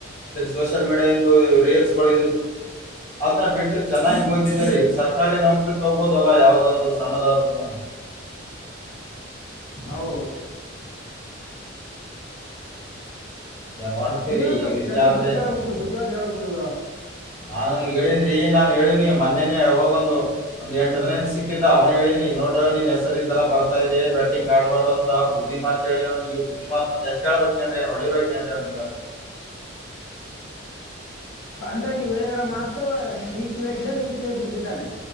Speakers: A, on the left; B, on the left.
A: ಸೋಷಿಯಲ್ ಮೀಡಿಯಾಂದು ರೀಲ್ಸ್ಗಳು ಅದನ್ನ ಬಿಟ್ಟು ಚೆನ್ನಾಗಿ ಓದಿದ್ದರೆ ಸರ್ಕಾರಿ ನೌಕರಿ ತಗಬೋದಲ್ಲ ಯಾವ್ದಾದ್ರು ಸಣ್ಣದಾದ್ರುನು ಆ
B: ಹೌ
A: ಮಾಡ್ತೀರಿ
B: ನೀವನ್ ಸ್ವಲ್ಪ
A: ಈ ರೀತಿ
B: ಚೆನ್ನಾಗಿ
A: ಆದ್ರ
B: ಬುದ್ಧಿ ಹೇಳ್ಬೇಕಲ್ ಬುದ್ಧಿವಾದ ಹೇಳ್ಬೇಕಿಲ್ವಾ
A: ಹಾ ಹೇಳನ್್ರಿ ನಾನನ್ ಹೇಳಿನಿ ಮೊೇನೆೇ ಹೋಗೊಂದು ಒಂದ ಎಂಟ ದನೇದ ಸಿಕ್ಕಿದ್ದ ಅವ್ನು ಹೇಳಿನಿ ನೋಡ ಹೆಸಲ್ಲಿ ತರ ಬರ್ತಾ ಇದೆ ಬೆಟ್ಟಿಂಗ ಆಡ್ಬಾಡ ಅಂತ ಬುದ್ಧಿ ಮಾಾ ಹೇಳಿ ನ್ ಈ ಬುದ್ಧಿ ಮಾಾತ್ ಎಷ್ಟುೇಳ್ಬೇಕ ಎ ಬ
B: ಅಂದ್ರೆ ನೀವ್ ಹೇಳಿದ್ರ ಮಾತ ಈ ಕಿವ ಕೇಳಿ ಈ ಕಿವ ಬಿಟ್ಟಿದ್ದಾನೆ